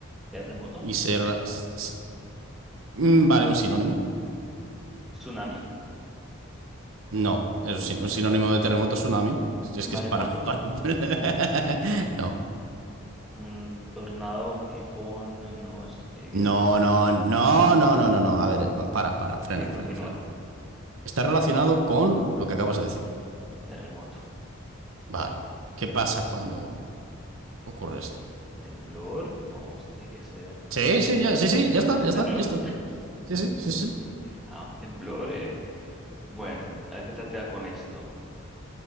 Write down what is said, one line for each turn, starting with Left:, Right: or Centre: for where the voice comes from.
Centre: Terremoto,
Right: Y se... rela- s- s- mm, Vale, un sinónimo.
Centre: tsunami,
Right: No, es un sin- un sinónimo de terremoto, tsunami. Es
Centre: maremoto,
Right: que es para... <laughs> para... <laughs> No.
Centre: un tornado, un tifón. No, esto tiene que
Right: No,
Centre: ser.
Right: no, no, no, no, no, no. A ver, va, para, para, frena,
Centre: Ok, continúa.
Right: frena, frena. Está relacionado con lo que acabas de decir.
Centre: Un terremoto.
Right: Vale. ¿Qué pasa cuando ocurre esto?
Centre: temblor. No, esto tiene que ser.
Right: Sí, sí, ya, sí, sí,
Centre: ¿Es
Right: ya
Centre: un,
Right: está,
Centre: es
Right: ya
Centre: un
Right: está,
Centre: temblor?
Right: listo. Sí, sí, sí, sí.
Centre: Ah, un temblor, eh. Bueno, a ver qué tal te da con esto.